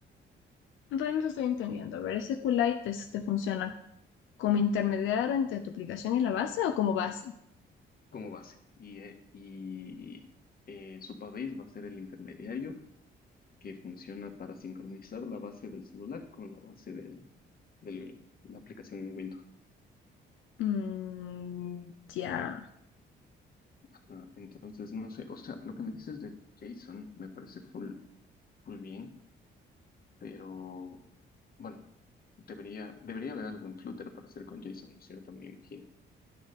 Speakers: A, on the left; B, on the left.
A: Entonces, no te estoy entendiendo. A ver, SQLite te, te funciona como intermediario entre tu aplicación y la base o como base?
B: como base. Y, eh, y eh, Supabase va a ser el intermediario que funciona para sincronizar la base del celular con la base del, del- la aplicación en Windows.
A: Mm, ya.
B: Ajá. Entonces, no sé, o sea, lo que me dices de JSON me parece full, full bien. pero bueno, debería, debería haber algún Flutter para hacer con JSON, ¿cierto? Me imagino.